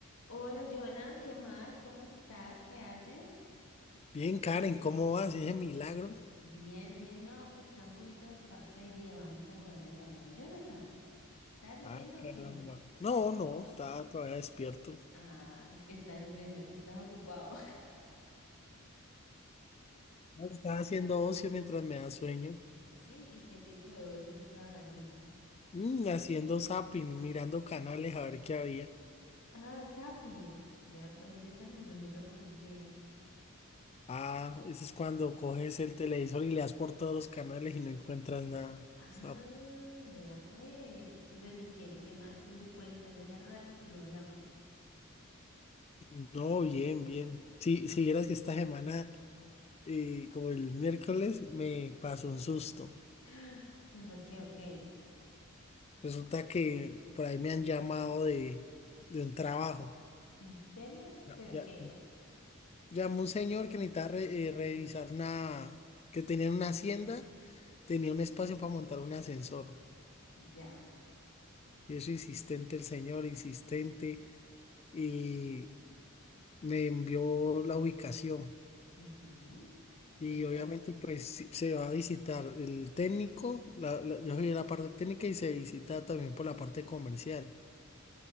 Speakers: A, on the left; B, on the left.
A: Hola, Jonah, ¿qué más? ¿Cómo estás? ¿Qué haces?
B: Bien, Karen, ¿cómo vas? ¿Ese milagro?
A: Bien, bien, no, pues está un poquito desparchado y dije, vamos a joderle la vida. Jonathan, ¿estás durmiendo
B: Ah, caramba.
A: o qué?
B: No,
A: ¿Ocupado?
B: no, estaba todavía despierto.
A: Ah, es que estás durmiendo, estás ocupado. <laughs>
B: No, Estaba haciendo ocio mientras me da sueño.
A: Sí, ¿y qué tipo de ocio estabas haciendo?
B: Mm, haciendo zapping, mirando canales a ver qué había.
A: Ah, zapping. Vea, pues ese término no lo conocía.
B: Ah, eso es cuando coges el televisor y le das por todos los canales y no encuentras nada.
A: Ah,
B: Está-
A: vea, pues. Bueno, ¿y qué? ¿Qué más? ¿Qué me cuentas? De hace rato que no hablamos.
B: No, bien, bien. Sí, si vieras que esta semana, eh, como el miércoles, me pasó un susto.
A: <gasps> ¿Qué por qué? ¿O qué?
B: Resulta que por ahí me han llamado de, de un trabajo.
A: ¿En serio?
B: Ya,
A: ¿Pero
B: ya,
A: qué?
B: Llamó un señor que necesitaba re- eh, revisar una, que tenía una hacienda, tenía un espacio para montar un ascensor.
A: Ya.
B: Y eso insistente el señor, insistente, y me envió la ubicación.
A: Ujú.
B: Y
A: Y entonces.
B: obviamente pues sí, se va a visitar el técnico, la- la- yo soy de la parte técnica y se visita también por la parte comercial.